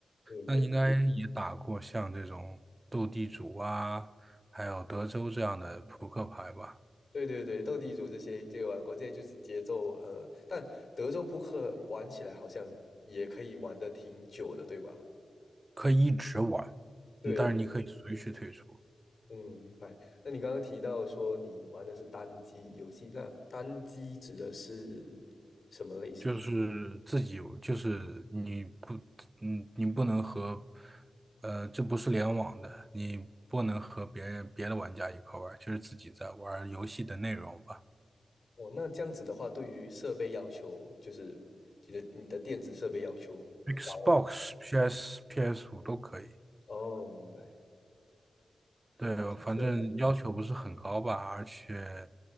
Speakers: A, on the left (about 60°); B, on the right (about 25°).
A: 对对
B: 那应该也打过像这种斗地主啊，还有德州这样的扑克牌吧。
A: 对对对，斗地主这些这个玩过，这就是节奏呃，但德州扑克玩起来好像也可以玩得挺久的，对吧？
B: 可以一直玩，
A: 对，
B: 但是你可以随时退出，
A: 嗯，明白。那你刚刚提到说你玩的是单机游戏，那单机指的是什么类型呢？
B: 就是自己有就是你不，嗯，你不能和，呃，这不是联网的，你不能和别人别的玩家一块玩，就是自己在玩游戏的内容吧。
A: 哦，那这样子的话，对于设备要求，就是你的你的电子设备要求高吗？
B: Xbox、PS、PS5 都可以，
A: 哦，明白。
B: 对，
A: 就是说
B: 反正要求不是很高吧，而且，